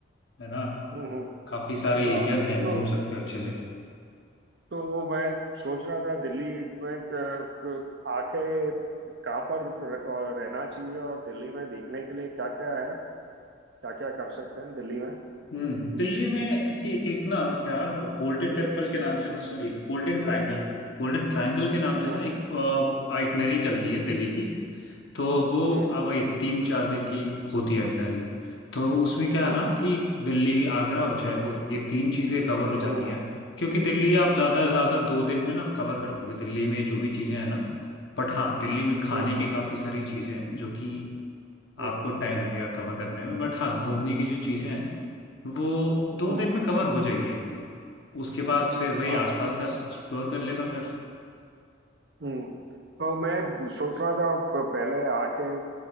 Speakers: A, on the left; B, on the right.
A: है ना
B: हम्म हम्म,
A: काफ़ी सारे
B: हाँ
A: एरियाज हैं घूम
B: तो
A: सकते हो अच्छे से
B: तो मैं सोच रहा था दिल्ली में एक, अ, आके कहाँ पर रह- रहना चाहिए और दिल्ली में देखने के लिए क्या क्या है क्या क्या कर सकते हैं दिल्ली में
A: हम्म दिल्ली में सी एक ना क्या गोल्डन टेम्पल के नाम से ना sorry Golden Triangle Golden Triangle के नाम से
B: हम्म
A: ना एक आइटनरी चलती है दिल्ली की तो वो
B: हम्म
A: आ, वही तीन चार दिन की होती है आइटनरी तो उसमें क्या
B: हम्म
A: है ना
B: हम्म
A: कि दिल्ली आगरा और जयपुर ये तीन चीज़ें कवर हो
B: हम्म
A: जाती हैं क्योंकि दिल्ली आप ज़्यादा से ज़्यादा दो दिन में ना कवर कर लोगे दिल्ली में जो भी चीज़ें हैं ना बट हाँ दिल्ली में खाने
B: हम्म हम्म
A: की काफ़ी सारी चीज़ें हैं जो कि आपको
B: हम्म
A: टाइम लगेगा कवर करने में बट हाँ घूमने की जो चीज़ें हैं वो दो
B: हम्म
A: दिन में कवर हो जाएंगी आपकी उसके बाद फिर वही
B: हाँ,
A: आसपास
B: हम्म
A: का एक्सप्लोर कर लेना फिर
B: हम्म। तो मैं सोच रहा था प- पहले आके